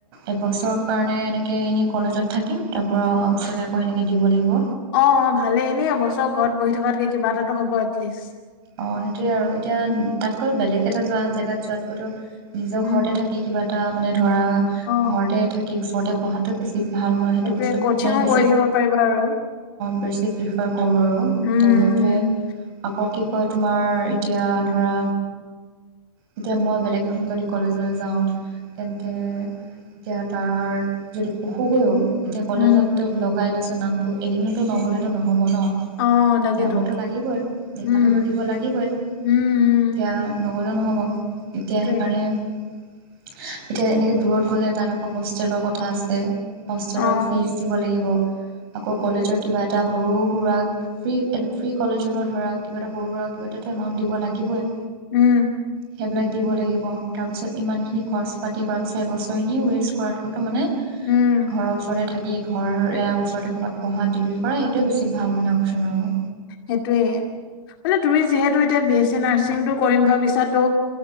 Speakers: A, on the right; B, on the left.
A: এবছৰৰ কাৰণে এনেকৈ এনেই কলেজত থাকিম তাৰপৰা অহা বছৰকৈ আকৌ এনেকৈ দিব লাগিব।
B: অ অ ভালেই এনেই এ বছৰ ঘৰত বহি থকাতকে কিবা এটাত টো হ'ব এটলিষ্ট।
A: অ সেইটোয়ে আৰু এতিয়া
B: উম,
A: তাতকৈ বেলেগ এ যোৱা জেগাত যোৱাতকৈ নিজৰ
B: উম,
A: ঘৰতে থাকি কিবা। তাৰ মানে। ধৰা
B: অ,
A: ঘৰতে থাকি ওচৰতে। পঢ়াটো বেছি। ভাল হয় উম সেইটো
B: সেইটোয়ে
A: বস্তু
B: কচিঙো
A: মানে অঁ
B: কৰি থাকিব পাৰিবা আৰু।
A: বেছি প্ৰিফাৰ কৰো আৰু
B: উম, উম,
A: ত সেইটো আকৌ কি কয় তোমাৰ এতিয়া ধৰা এতিয়া মই বেলেগ এখন যদি কলেজলৈ যাওঁ তেন্তে এতিয়া তাত যদি পঢ়োগৈও এতিয়া কলেজত
B: উম,
A: তো লগাই লৈছো নামটো এদিনতো নগ'লেতো নহ'ব ন
B: অ তাকেতো
A: যাবতো লাগিবই দেখাটোতো
B: উম
A: দিব লাগিবই
B: উম, উম,
A: এতিয়া ন গলেও নহ'ব এতিয়া
B: সেইটোয়ে
A: সেইকাৰণে এতিয়া এনেকৈ দূৰত গ'লে তাত আকৌ হষ্টেলৰ কথা আছে হষ্টেলৰ
B: অ,
A: ফিচ দিব লাগিব আকৌ
B: সেইটোয়ে
A: কলেজৰ কিবা এটা সৰু সুৰাক ফ্ৰী ফ্ৰী কলেজলৈ ধৰাক কিবা এ সৰু সুৰাক কিবা এটা এমাউণ্ট দিব লাগিবই
B: উম
A: সেইবিলাক দিব লাগিব তাৰপিছত ইমানখিনি খৰচ পাতি কৰাৰ পিছত এবছৰ এনেই ৱেষ্ট কৰাতকৈতো মানে
B: উম,
A: ঘৰৰ ওচৰতে থাক কি ঘৰৰে ইয়াৰ ওচৰতে ক'ৰবাত পঢ়া ডিগ্ৰী কৰা সেইটোৱে বেছি ভাল মানে অপচন আৰু
B: সেইটোৱে মানে তুমি যিহেতু এতিয়া বি এছ চি নাৰ্ছিংটো কৰিম ভাবিছা ত